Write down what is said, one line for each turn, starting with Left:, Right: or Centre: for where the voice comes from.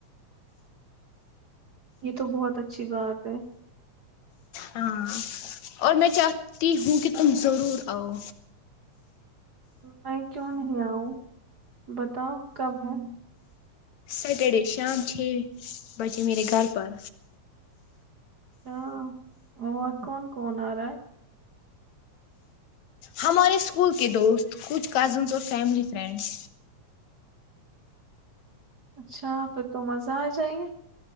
Right: یہ تو بہت اچھی بات ہے
Left: ہاں اور میں چاہتی ہوں کہ تم ضرور آؤ
Right: میں کیوں نہیں آؤں بتاؤ کب ہے
Left: سٹرڈے شام چھ بجے میرے گھر پر
Right: ہاں اور کون کون آ رہا ہے
Left: ہمارے اسکول کے دوست کچھ کزنس اور فیملی فرینڈس
Right: اچھا پھر تو مزہ آ جائیے